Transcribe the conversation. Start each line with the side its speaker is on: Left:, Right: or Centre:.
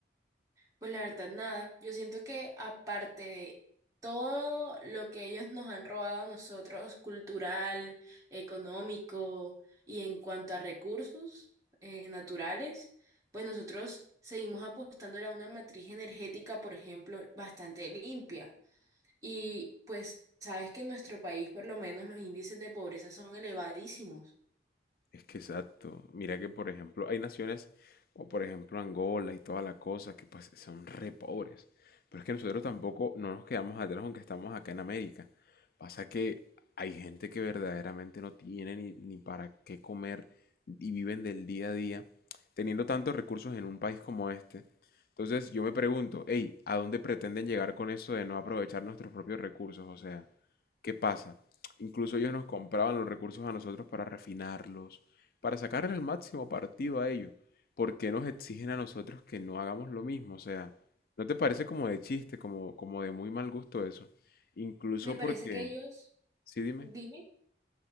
Right: Pues la verdad, nada. Yo siento que aparte de todo lo que ellos nos han robado a nosotros, cultural, económico y en cuanto a recursos eh, naturales, pues nosotros seguimos apostando a una matriz energética, por ejemplo, bastante limpia. Y pues sabes que en nuestro país, por lo menos, los índices de pobreza son elevadísimos.
Left: Es que exacto. Mira que, por ejemplo, hay naciones como, por ejemplo, Angola y toda la cosa que pues son re pobres. Pero es que nosotros tampoco no nos quedamos atrás aunque estamos acá en América. Pasa que hay gente que verdaderamente no tiene ni, ni para qué comer y viven del día a día teniendo tantos recursos en un país como este. Entonces yo me pregunto, hey, ¿a dónde pretenden llegar con eso de no aprovechar nuestros propios recursos? O sea, ¿qué pasa? Incluso ellos nos compraban los recursos a nosotros para refinarlos, para sacarle el máximo partido a ello, ¿por qué nos exigen a nosotros que no hagamos lo mismo? O sea, ¿no te parece como de chiste, como, como de muy mal gusto eso? Incluso
Right: Me
Left: porque,
Right: parece que ellos,
Left: sí, dime,
Right: dime,